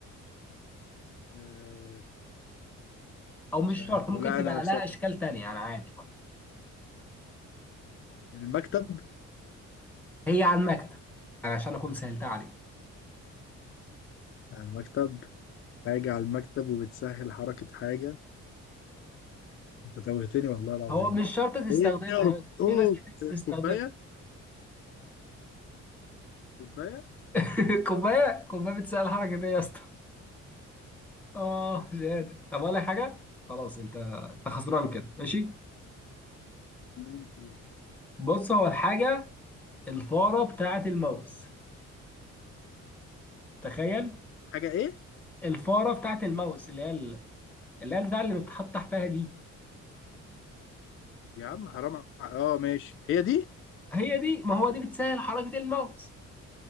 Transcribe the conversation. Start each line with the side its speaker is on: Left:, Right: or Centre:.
Left: آه
Centre: او مش
Left: مش عارف
Centre: شرط
Left: ولا
Centre: ممكن تبقى
Left: انا بصراحة
Centre: لها اشكال تانية انا عادي برضه
Left: المكتب
Centre: هي على المكتب أنا عشان اكون سهلتها عليك
Left: على المكتب حاجة على المكتب وبتسهل حركة حاجة انت توهتني والله العظيم
Centre: هو مش شرط تستخدمها
Left: ايه يا رب
Centre: بس
Left: اوه
Centre: في ناس كتير بتستخدمها
Left: كوباية كوباية
Centre: <laughs> كوبايه كوبايه بتسال الحركه دي يا اسطى اه شهاده طب ولا حاجه خلاص انت انت خسران كده ماشي
Left: ماشي.
Centre: بص هو الحاجه الفاره بتاعه الماوس تخيل
Left: حاجة ايه
Centre: الفاره بتاعه الماوس اللي هي ال- اللي هي بتاع اللي بتتحط تحتها دي
Left: يا عم حرام ع- اه ماشي هي دي
Centre: هي دي ما هو دي بتسهل حركه الماوس